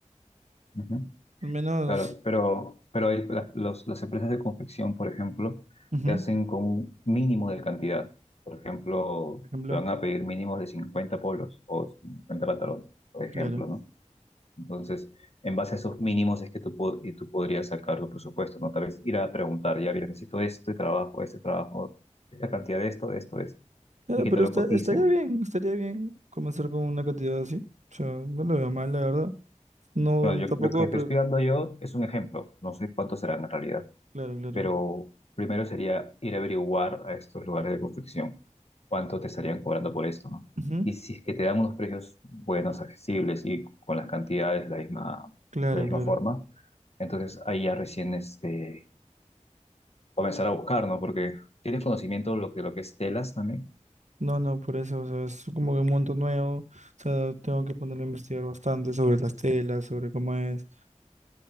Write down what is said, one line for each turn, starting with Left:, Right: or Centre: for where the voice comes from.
Left: Ujú.
Right: Al menos,
Left: Claro, pero, pero hay, la- los- las empresas de confección, por ejemplo,
Right: ujú,
Left: te hacen con un mínimo de cantidad. Por ejemplo,
Right: por ejemplo,
Left: te van a pedir mínimos de 50 polos o 50 pantalones, por ejemplo,
Right: claro.
Left: ¿no? Entonces, en base a esos mínimos es que tú, po- y tú podrías sacar tu presupuesto, ¿no? Tal vez ir a preguntar, ya, mira, necesito este trabajo, este trabajo, esta cantidad de esto, de esto, de esto,
Right: Claro,
Left: y que
Right: pero
Left: te lo
Right: está-
Left: coticen.
Right: estaría bien, estaría bien comenzar con una cantidad así. O sea, no lo veo mal, la verdad. No,
Left: No, yo,
Right: tampoco,
Left: lo que te
Right: pre-
Left: estoy dando yo es un ejemplo, no sé cuántos serán en realidad
Right: claro, claro.
Left: pero primero sería ir a averiguar a estos lugares de confección cuánto te estarían cobrando por esto, ¿no?
Right: Ujú,
Left: Y si es que te dan unos precios buenos, accesibles y con las cantidades de la misma,
Right: Claro,
Left: de la misma
Right: claro.
Left: forma, entonces ahí ya recién este, comenzar a buscar, ¿no? Porque tienes conocimiento lo que, lo que es telas también.
Right: No, no, por eso, o sea, es como que un mundo nuevo, o sea, tengo que ponerme a investigar bastante sobre las telas, sobre cómo es,